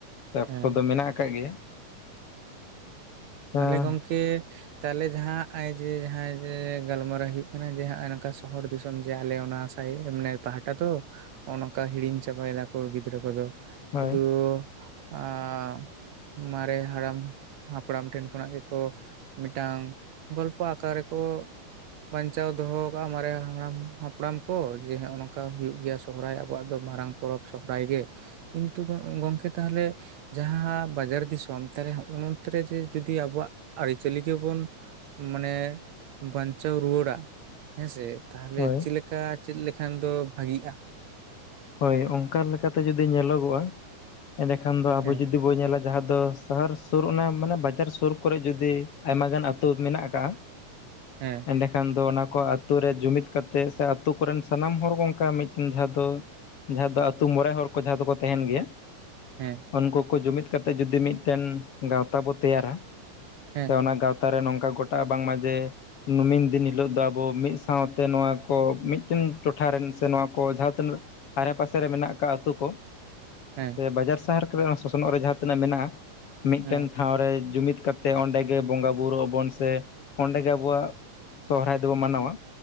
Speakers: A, on the left; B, on the right.
A: ᱚᱠᱛᱚ
B: ᱦᱮᱸ
A: ᱫᱚ ᱢᱮᱱᱟᱜ ᱟᱠᱟᱫ ᱜᱮᱭᱟ᱾ ᱟᱪᱪᱷᱟ
B: ᱛᱟᱦᱚᱸᱞᱮ ᱜᱚᱝᱠᱮ᱾ ᱛᱟᱦᱞᱮ ᱡᱟᱦᱟ ᱟᱭ ᱡᱮ ᱡᱟᱦᱟᱭ ᱡᱮ ᱜᱟᱞ ᱢᱟᱨᱟᱣ ᱦᱩᱭᱩᱜ ᱠᱟᱱᱟ ᱡᱮ ᱱᱚᱝᱠᱟ ᱥᱚᱦᱚᱨ ᱫᱩᱥᱚᱢ ᱡᱮ ᱟᱞᱮ ᱚᱱᱟ ᱦᱟᱭ ᱮ ᱢᱟᱱᱮ ᱯᱟᱦᱟᱴᱟ ᱛᱚ ᱱᱚᱝᱠᱟ ᱦᱤᱲᱤᱧ ᱪᱟᱵᱟᱭ ᱫᱟᱠᱚ ᱜᱤᱫᱽᱨᱟᱹ ᱠᱚᱫᱚ᱾
A: ᱦᱳᱭ
B: ᱥᱩᱫᱩ ᱟᱸᱜ ᱢᱟᱨᱮ ᱦᱟᱲᱟᱢ᱾ ᱦᱟᱯᱲᱟᱢ ᱴᱷᱮᱱ ᱠᱷᱚᱱᱟᱜ ᱜᱮᱠᱚ ᱢᱤᱫᱴᱟᱝ ᱜᱚᱞᱯᱚ ᱟᱠᱟᱣ ᱨᱮᱠᱚ ᱵᱟᱧᱪᱟᱣ ᱫᱚᱦᱚ ᱠᱟᱜᱼᱟ ᱢᱟᱨᱮ ᱦᱟᱲᱟᱢ ᱦᱟᱯᱲᱟᱢ ᱠᱚ ᱡᱮ ᱦᱚᱜᱼᱚ ᱱᱚᱝᱠᱟ ᱦᱩᱭᱩᱜ ᱜᱮᱭᱟ ᱥᱚᱨᱦᱟᱭ ᱟᱵᱚᱣᱟᱜ ᱫᱚ ᱢᱟᱨᱟᱝ ᱯᱚᱨᱚᱵ ᱥᱚᱦᱚᱨᱟᱭ ᱜᱮ᱾ ᱠᱤᱱᱸᱛᱩ ᱜᱚᱝᱠᱮ ᱛᱟᱦᱚᱞᱮ ᱡᱟᱦᱟ ᱵᱟᱡᱟᱨ ᱫᱤᱥᱚᱢ ᱛᱟᱦᱚᱞᱮ ᱦᱚᱸ ᱚᱸᱜ ᱛᱨᱮ ᱡᱮ ᱡᱩᱚᱫᱤ ᱟᱵᱚᱣᱟᱜ ᱟᱹᱨᱤᱪᱟᱹᱞᱤ ᱜᱮ ᱵᱚᱱ ᱢᱟᱱᱮ ᱵᱟᱧᱪᱟᱣ ᱨᱩᱣᱟᱹᱲᱟᱜ ᱦᱮᱸᱥᱮ᱾ ᱛᱟᱦᱚᱞᱮ
A: ᱦᱳᱭ
B: ᱪᱮᱫ ᱞᱮᱠᱟ ᱪᱮᱫ ᱞᱮᱠᱷᱟᱱ ᱫᱚ ᱵᱷᱟᱜᱤᱜᱼᱟ᱾
A: ᱦᱳᱭ ᱚᱱᱠᱟ ᱞᱮᱠᱟᱛᱮ ᱡᱩᱫᱤ ᱧᱮᱞᱚᱜᱚᱜᱼᱟ ᱮᱱᱰᱮᱠᱷᱟᱱ ᱫᱚ ᱟᱵᱚ
B: ᱦᱮᱸ
A: ᱡᱩᱫᱤ ᱵᱚᱱ ᱧᱮᱞᱟ ᱡᱟᱦᱟᱸ ᱫᱚ ᱥᱟᱦᱟᱨ ᱥᱩᱨ ᱚᱱᱟᱹ ᱢᱟᱹᱱᱮ ᱵᱟᱡᱟᱨ ᱥᱩᱨ ᱠᱚᱨᱮᱹ ᱡᱩᱫᱤ ᱟᱭᱢᱟᱹ ᱜᱟᱱ ᱟᱹᱛᱩ ᱢᱮᱱᱟᱜ ᱟᱠᱟᱫᱼᱟ
B: ᱦᱮᱸ
A: ᱮᱸᱰᱮᱠᱷᱟᱱ ᱫᱚ ᱚᱱᱟᱹ ᱠᱚᱛᱳ ᱨᱮ ᱡᱩᱢᱤᱫ ᱠᱟᱛᱮᱼᱜ ᱥᱮ ᱟᱛᱳ ᱠᱚᱨᱮᱱ ᱥᱟᱱᱟᱢ ᱦᱚᱲᱚᱱᱠᱟ ᱢᱤᱫᱴᱮᱱ ᱡᱟᱦᱟ ᱫᱚ ᱡᱟᱦᱟᱸ ᱫᱚ ᱟᱛᱳ ᱢᱚᱬᱮ ᱦᱚᱲ ᱠᱚ ᱡᱟᱦᱟᱸ ᱫᱚᱠᱚ ᱛᱟᱦᱮᱸᱱ ᱜᱮᱭᱟ᱾
B: ᱦᱮᱸ
A: ᱩᱱᱠᱩ ᱠᱚ ᱡᱩᱢᱤᱫ ᱠᱟᱹᱛᱮ ᱡᱩᱫᱤ ᱢᱤᱫᱴᱮᱱ ᱜᱟᱶᱛᱟᱹ ᱵᱚ ᱛᱮᱭᱟᱨᱟ
B: ᱦᱮᱸ
A: ᱥᱮ ᱚᱱᱟᱹ ᱜᱟᱶ ᱛᱟᱨ ᱨᱮ ᱱᱚᱝᱠᱟ ᱜᱚᱴᱟᱜᱼᱟ ᱵᱟᱝᱢᱟ ᱡᱮ ᱱᱢᱤᱱᱫᱤᱱ ᱦᱤᱞᱳᱜ ᱫᱚ ᱟᱵᱚ ᱢᱤᱫ ᱥᱟᱶᱛᱮ ᱱᱚᱣᱟ ᱠᱚ ᱢᱤᱫᱴᱮᱱ ᱴᱚᱴᱷᱟ ᱨᱮᱱ ᱥᱮ ᱱᱚᱹᱣᱟ ᱠᱚ ᱡᱟᱦᱟ ᱛᱤᱱᱟᱹᱜ ᱟᱨᱮ ᱯᱟᱥᱮ ᱨᱮ ᱢᱮᱱᱟᱜ ᱠᱟᱫ ᱟᱛᱩᱳ ᱠᱚ
B: ᱦᱮᱸ
A: ᱥᱮ ᱵᱟᱡᱟᱨ ᱥᱟᱦᱟᱨ ᱠᱚᱨᱮ ᱥᱚᱥᱱᱚᱜ ᱨᱮ ᱡᱟᱦᱟᱸ ᱛᱤᱱᱟᱜ ᱢᱮᱱᱟᱜᱼᱟ ᱢᱤᱫᱴᱮᱱ
B: ᱦᱮᱸ
A: ᱴᱷᱟᱶ ᱨᱮ ᱡᱩᱢᱤᱫ ᱠᱟᱹᱛᱮ ᱚᱸᱰᱮ ᱜᱮ ᱵᱚᱸᱜᱟ ᱵᱩᱨᱩᱜ ᱟᱵᱚᱱ ᱥᱮ ᱚᱸᱰᱮᱜ ᱟᱵᱚᱣᱟᱜ ᱥᱚᱦᱚᱨᱟᱭ ᱫᱚ ᱵᱚᱱ ᱢᱟᱱᱟᱣᱟ᱾